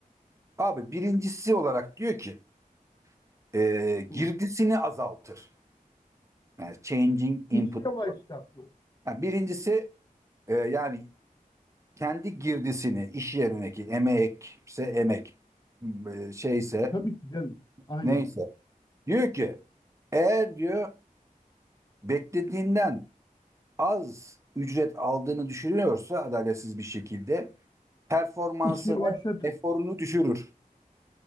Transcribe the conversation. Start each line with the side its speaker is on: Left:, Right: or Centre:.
Right: Abi birincisi olarak diyor ki e,
Left: Hı.
Right: girdisini azaltır. Yani changing
Left: İş
Right: input
Left: yavaşlatma.
Right: diyor. Yani birincisi e, yani kendi girdisini iş yerindeki emekse emek e, şeyse
Left: Tabii ki canım. Aynen.
Right: neyse. Diyor ki eğer diyor beklediğinden az ücret aldığını düşünüyorsa adaletsiz bir şekilde performansını,
Left: İşi yavaşlatır.
Right: eforunu düşürür.